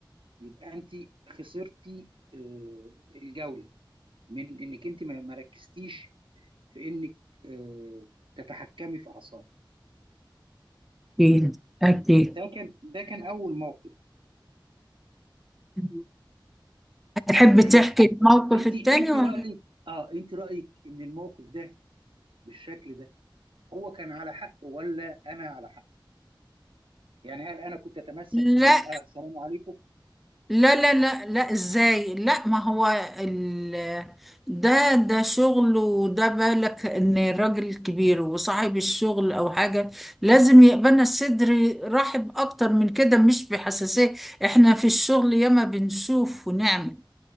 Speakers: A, on the right; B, in the centre.
A: يبقى انت خسرتي آه، الجوله من انك انت ما ما ركزتيش في انك آه، تتحكمي في اعصابك
B: أكيد أكيد
A: ده كان ده كان اول موقف
B: مم. هتحب
A: كويس
B: تحكي الموقف
A: انت
B: التاني
A: انت
B: ولا
A: رايك اه انت رايك ان الموقف ده بالشكل ده هو كان على حق ولا انا على حق يعني هل انا كنت اتمسك
B: لا
A: ان لا سلام عليكم
B: لا لا لا لا إزاي لا ما هو ال... ده ده شغل وده بالك إن راجل كبير وصاحب الشغل أو حاجة لازم يقبلنا الصدر رحب أكتر من كده مش بحساسية إحنا في الشغل ياما بنشوف ونعمل